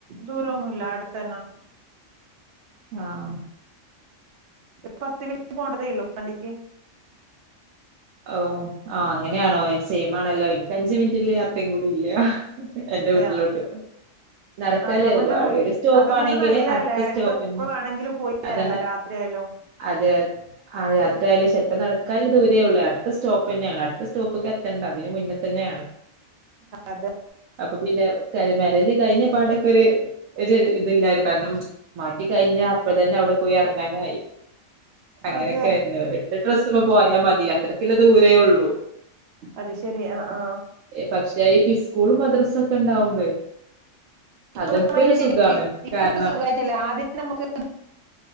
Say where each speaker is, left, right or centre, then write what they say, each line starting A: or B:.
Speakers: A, on the right; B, on the right.
A: ദൂര ന്നുല്ല അടുത്തന്ന.
B: ആഹ്
A: ഒരു പത്ത് മിനിറ്റ് പോണ്ടതേള്ളൂ വണ്ടിക്ക്.
B: ഓ ആഹ് അങ്ങനെയാണോ സെയിമാണല്ലോ. എനിക്ക് അഞ്ചു മിനിറ്റിനു യാത്രയും കൂടിയില്ല. എന്റെ
A: അതെയാ
B: വീട്ടിലോട്ട്. നടക്കാല്ലേ
A: അതാവുമ്പോ നമ്മക്ക്
B: ഒരു സ്റ്റോപ്പാണെങ്കില്
A: അത് നമുക്ക് നല്ലതല്ലേ
B: അടുത്ത സ്റ്റോപ്പെന്നെ.
A: നമുക്ക് എപ്പോ വേണമെങ്കിലും പോയി വരാലോ
B: അതന്നെ
A: രാത്രി ആയാലും
B: അതെ ആ യാത്രയാലേ സ്വൽപ്പ നടക്കാനൊള്ള ദൂരേയൊള്ളൂ. അ അടുത്ത സ്റ്റോപ്പെന്നെയാണ്. അടുത്ത സ്റ്റോപ്ക്കെ തണ്ട അതിന് മുന്നെ തന്നെയാണ്.
A: അതെ
B: അപ്പപ്പിന്നെ മാരേജ് കഴിഞ്ഞയിപ്പടക്കൊരു യൊരുയിതില്ലാര്. കാരണം മടി കഴിഞ്ഞപ്പഴത്തന്നെ അവടെ പോയി ഇറങ്ങാനായി. അങ്ങനെയൊക്കെയാരുന്നു.
A: അതെ
B: ഇട്ട ഡ്രസ്സിന പോയാ മതിയത്രേ. ളില് ദൂരേയൊള്ളൂ
A: അത് ശരി ആ ആ
B: എ പക്ഷേ ഐപിസി സ്കൂളും മദ്രസക്കെണ്ടാവുമ്പേം
A: ഇപ്പൊ
B: അതോപ്പരു
A: നമ്മ
B: സുഖ്വാണ്.
A: ശരിക്കും ഇപ്പൊ
B: കാരണം
A: ഒരു സുഖമായിട്ടില്ല ആദ്യം നമുക്ക്